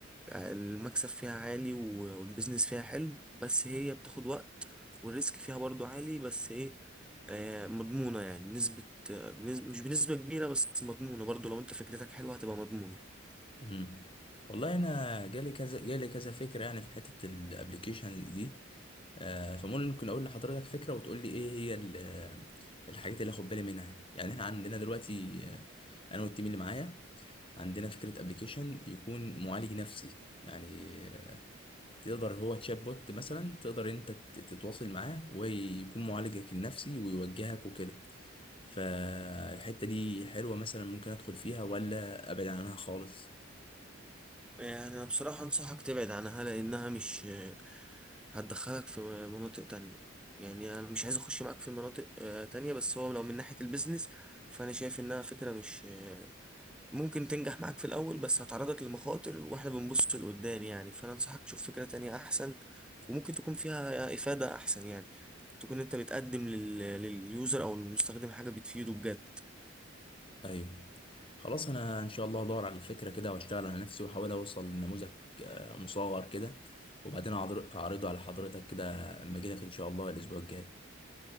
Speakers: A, in the centre; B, on the left.
A: المكسب فيها عالي و- والبيزنس فيها حلو بس هي بتاخد وقت والريسك فيها برضو عالي بس ايه آه، مضمونة يعني بنسبة آه، بنسبة مش بنسبة كبيرة بس مضمونة برضو لو انت فكرتك حلوة هتبقى مضمونة
B: مم. والله انا جالي كذا جالي كذا فكره يعني في حته الابلكيشن دي آه، فممكن اقول لحضرتك فكره وتقول لي ايه هي ال- آه، الحاجات اللي اخد بالي منها يعني احنا عندنا دلوقتي آه، انا والتيم اللي معايا عندنا فكره ابلكيشن يكون معالج نفسي يعني آه، تقدر هو تشات بوت مثلا تقدر انت تت- تتواصل معاه ويكون معالجك النفسي ويوجهك وكده فالحته دي حلوه مثلا ممكن ادخل فيها ولا ابعد عنها خالص
A: يعني انا بصراحة انصحك تبعد عنها لانها مش آه، هتدخلك في مناطق تانية يعني انا مش عايز اخش معاك في مناطق آه، تانية بس هو لو من ناحية البيزنس فانا شايف انها فكرة مش ممكن تنجح معاك في الأول بس هتعرضك لمخاطر واحنا بنبص لقدام يعني فأنا أنصحك تشوف فكرة تانية أحسن وممكن تكون فيها إفادة أحسن يعني تكون أنت بتقدم لل... لليوزر أو المستخدم حاجة بتفيده بجد
B: ايوه خلاص انا ان شاء الله ادور على الفكره كده واشتغل على نفسي واحاول اوصل لنموذج آه، مصغر كده وبعدين أعضر- اعرضه على حضرتك كده اما اجي لك ان شاء الله الاسبوع الجاي